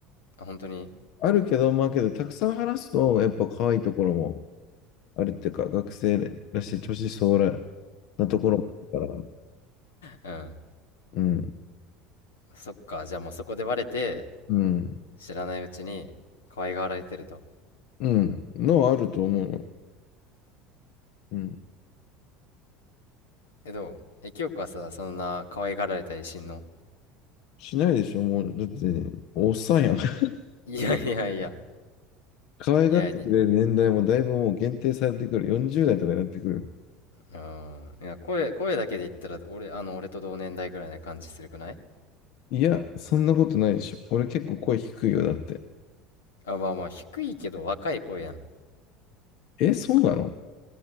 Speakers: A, on the left (about 80°); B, on the left (about 55°).
A: あ、本当に
B: あるけど、まあけど、たくさん話すと、やっぱ可愛いところもあるっていうか、学生らしい年相応なところもあるから、
A: うん。
B: うん、
A: そっか。じゃあもうそこでバレて、
B: うん、
A: 知らないうちに可愛がられてると。
B: うん、のはあると思うよ。うん。
A: え、どうえ、清香はさ、そんな可愛がられたりしんの
B: しないでしょ、もう。だって、おっさんやん。<laughs>
A: いやいやいや。
B: 可愛がってくれる年代もだいぶもう限定されてくる。
A: いや、に、
B: 40代とかになってくる。
A: うん。いや、声、声だけで言ったら、俺、あの、俺と同年代ぐらいな感じするくない
B: いや、そんなことないでしょ。俺結構声低いよ、だって。
A: あ、まあまあ、低いけど若い声やん。
B: え、そうなの